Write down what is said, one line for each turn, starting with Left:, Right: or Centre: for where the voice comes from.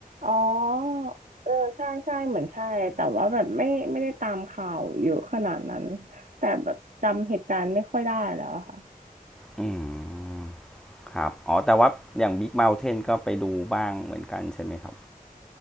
Right: อ๋อ เออ ใช่ใช่เหมือนใช่ แต่ว่าแบบไม่ไม่ได้ตามข่าวเยอะขนาดนั้น แต่แบบจำเหตุการณ์ไม่ค่อยได้แล้วอะค่ะ
Centre: อืมครับอ๋อแต่ว่าอย่างบิ๊ก o u เทนก็ไปดูบ้างเหมือนกันใช่ไหมครับ